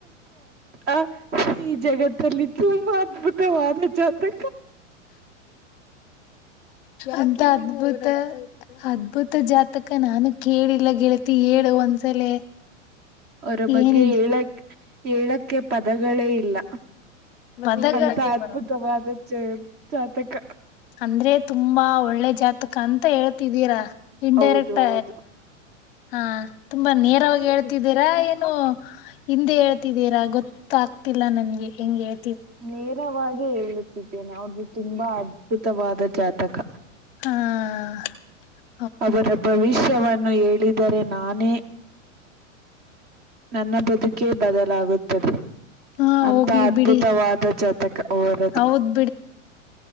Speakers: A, on the right; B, on the left.
A: ಆ ಈ ಜಗತ್ ಲ್ಲಿತ್ತು ಮಾವ ಜತೆ
B: ಅಂತ ಅದ್ಭುತ ಅದ್ಭುತ ಮ ಜಾತಕ ನಾನು ಕೇಳಿಲ್ಲ ಗೆಳತಿ ಹೇಳು ಒಂದ್ಸಲ
A: ಅವರ ಬಗ್ಗೆ
B: ಏನಿದೆ
A: ಏಳಕ್ ಏಳಕ್ಕೆ ಪದಗಳೇ ಇಲ್ಲ
B: ಮದಗ
A: ಅಂತ ಅದ್ಭುತವಾದ
B: ಬರ
A: ಜ ಜಾತಕ
B: ಅಂದ್ರೆ ತುಂಬಾ ಒಳ್ಳೆ ಜಾತಕ ಅಂತ ಹೇಳ್ ಿದ್ದೀರಾ ಇನ್ಡೈರೆಕ್ಟ್
A: ಹೌದು ಹೌದು
B: ಹಾ ತುಂಬಾ ನೇರವಾಗಿ ಹೇಳ್ತಿದ್ದೀರಾ ಏನುೋ ಹಿಂದೆ ಹೇಳ್ತಿದ್ದೀರಾ ಗೊತ್ತತ ಗೊತ್ತಿಲ್ಲ ನನ್ಗೆ ಹೆಗೆ ಹ
A: ನೇರವಾಗಿ ಹೇಳುತ್ತಿದ್ದೇನೆ ಅವ್ರದು ತುಂಬಾ ಅದ್ಭುತವಾದ ಜಾತಕ
B: ಹ್ಮ
A: ಅವರ ಭವಿಷ್ಯವನ್ನು ಹೇಳಿದರೆ ನಾನೇ ನನ್ನ ಬದುಕೇ ಬದಲಾಗುತ್ತದೆ
B: ಹಾ
A: ಅಂತ
B: ಹೋಗ್ಲಿ
A: ಅದ್ಭುತವಾದ
B: ಬಿಡಿ
A: ಜಾತಕ ಅವರದು
B: ಹೌದ್